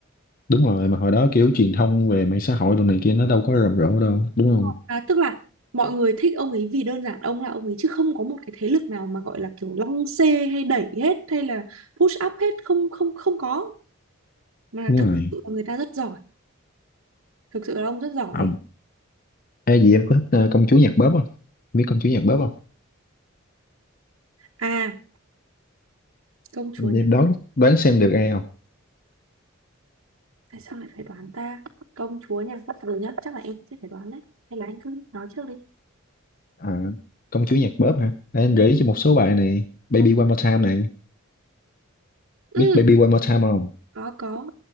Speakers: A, on the left (about 45°); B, on the right (about 80°).
A: đúng rồi mà hồi đó kiểu truyền thông về mạng xã hội đồ này kia nó đâu có rầm rộ đâu đúng
B: Đúng
A: không
B: rồi. à, tức là mọi người thích ông ấy vì đơn giản ông là ông ấy chứ không có một cái thế lực nào mà gọi là kiểu lăng xê hay đẩy hết hay là push up hết không không không có mà
A: đúng
B: thực
A: rồi
B: sự là người ta rất giỏi thực sự là ông rất giỏi
A: ông
B: ấy.
A: ai gì em có thích ờ, công chúa nhạc bóp không Em biết công chúa nhạc bóp không
B: à công chúa
A: em đoán đoán xem được ai không
B: tại sao lại phải đoán ta công chúa nha bắt đầu nhá chắc là em cũng sẽ phải đoán đấy hay là anh cứ nói trước đi
A: à, công chúa nhạc bóp hả Để anh gợi ý cho một số bài này Baby
B: Ờ,
A: One More Time này
B: ừ
A: biết Baby One More Time không
B: có có